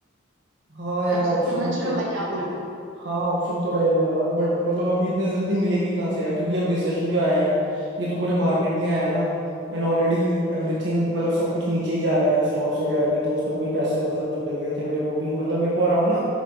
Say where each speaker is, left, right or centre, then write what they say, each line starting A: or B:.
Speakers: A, on the right; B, on the right.
A: हाँ यार
B: आप समझ
A: ऑप्शन
B: रहे
A: तो
B: हो मैं क्या बोल रही हूँ
A: हाँ ऑप्शन तो रहेगा बट मतलब अभी इतने जल्दी मिलेगी कहाँ से यार क्योंकि अब रिसेशन जो आया है ये तो पूरे मार्केट में आया है ना एंड ऑलरेडी एवरीथिंग मतलब सब कुछ नीचे ही जा रहा है स्टॉक्स वगैरह भी तो उसमें भी पैसे मतलब जो लगे थे मेरे वो भी मतलब मेरे को अराउंड ना